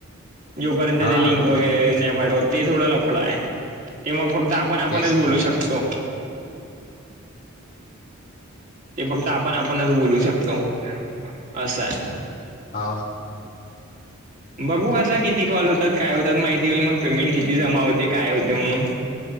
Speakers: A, on the right (about 40°); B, on the left (about 40°).
A: जोपर्यंत
B: हा
A: ते लिंक वगैरे नाही पाठवत ते थोडं लफड आहे. ते मग फक्त आपण आपणच
B: तेच
A: बोलू
B: तर
A: शकतो. ते फक्त आपण आपणच बोलू शकतो असं आहे.
B: आ.
A: <inaudible> बघू आता किती कॉल होतात काय होतात माहिती होईल मग पेमेंट किती जमा होते काय होते म्हणून.